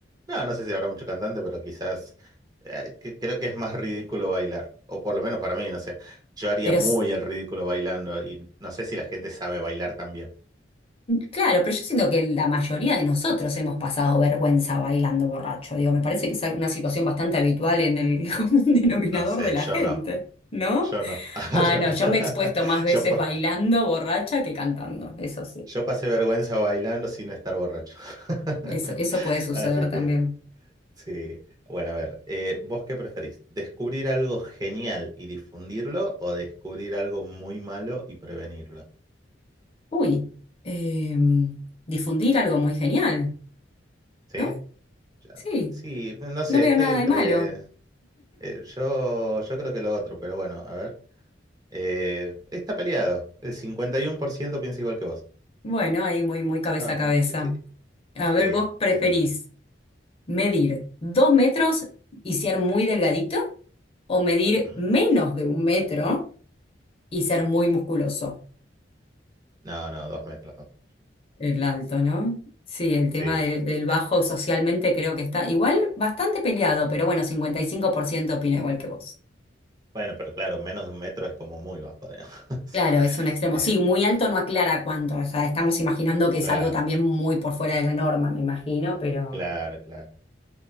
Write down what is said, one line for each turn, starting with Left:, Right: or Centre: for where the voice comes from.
Right: No, no sé si habrá mucho cantante, pero quizás eh, que- creo que es más ridículo bailar. O por lo menos para mí, no sé. Yo haría
Left: Pero
Right: muy
Left: s-
Right: el ridículo bailando y no sé si la gente sabe bailar también.
Left: Claro, pero yo siento que la mayoría de nosotros hemos pasado vergüenza bailando borracho. Digo, me parece que es una situación bastante habitual en el <laughs> común denominador
Right: No sé,
Left: de la
Right: yo
Left: gente,
Right: no.
Left: ¿no?
Right: Yo no. <laughs>
Left: Ah,
Right: Yo
Left: no,
Right: no.
Left: yo
Right: <laughs>
Left: me he expuesto más veces
Right: Yo, pa-
Left: bailando borracha que cantando, eso sí.
Right: yo pasé vergüenza bailando sin estar borracho. <laughs>
Left: Eso, eso puede suceder
Right: Así que,
Left: también.
Right: sí. Bueno, a ver, eh, ¿vos qué preferís? ¿Descubrir algo genial y difundirlo o descubrir algo muy malo y prevenirlo?
Left: Uy, em, difundir algo muy genial,
Right: ¿Sí?
Left: ¿no?
Right: Ya,
Left: Sí,
Right: Sí, no sé,
Left: no veo
Right: estoy
Left: nada
Right: entre.
Left: de malo.
Right: eh, yo, yo creo que lo otro, pero bueno, a ver. Eh, está peleado. El 51% piensa igual que vos.
Left: Bueno, ahí muy, muy cabeza
Right: Está bastante.
Left: a cabeza.
Right: Sí,
Left: A ver,
Right: sí,
Left: vos preferís.
Right: sí, sí. sí.
Left: medir dos metros y ser muy delgadito o medir
Right: Ujú.
Left: menos de un metro y ser muy musculoso.
Right: No, no, dos metros. dos metros.
Left: El alto, ¿no? Sí, el tema
Right: Sí,
Left: de-
Right: sí.
Left: del bajo socialmente creo que está igual bastante peleado, pero bueno, 55% opina igual que vos.
Right: Bueno, pero claro, menos de un metro es como muy bajo, digamos. <laughs>
Left: Claro, es un extremo.
Right: Eh,
Left: Sí, muy alto no aclara cuánto. O sea, estamos imaginando que
Right: claro,
Left: es algo también muy por fuera de la norma, me imagino, pero
Right: claro, claro.